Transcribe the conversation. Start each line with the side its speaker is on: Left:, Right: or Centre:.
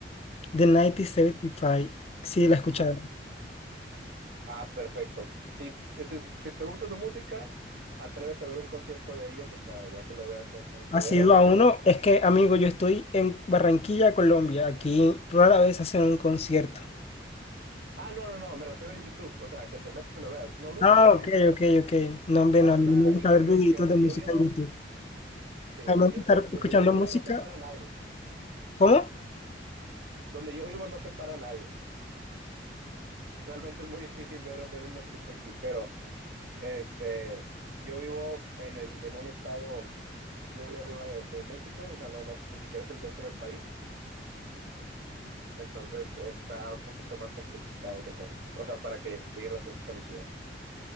Left: The 1975. Sí, la he escuchado
Right: Ajá. Ah, perfecto. Sí, ese es- si te gusta su música, atrévete a ver un concierto de ellos, o sea, ya que lo veas en, en video
Left: Ha sido
Right: o
Left: a
Right: algo
Left: uno.
Right: así.
Left: Es que, amigo, yo estoy en Barranquilla, Colombia. Aquí rara vez hacen un concierto.
Right: Ah, no, no, no, me refiero en YouTube, o sea, que te metes y lo veas. No, nunca
Left: Ah,
Right: los he
Left: ok,
Right: visto,
Left: ok, ok. No, hombre,
Right: para
Left: no, a mí
Right: nada.
Left: no me gusta
Right: Y créeme
Left: ver videitos
Right: que donde
Left: de música
Right: yo vivo,
Left: en YouTube.
Right: sí,
Left: A
Right: donde
Left: mí me gusta
Right: yo
Left: estar
Right: sé, donde
Left: escuchando
Right: yo vivo
Left: música.
Right: no se para nadie.
Left: ¿Cómo?
Right: donde yo vivo no se para nadie. Realmente es muy difícil ver, ver un artista aquí, pero este, yo vivo en, el, en un estado muy arriba de, de México, o sea, no, no, ni siquiera es el centro del país, entonces está un poquito más complicado que hacerlo, o sea, para que lleguen las artes a mi ciudad.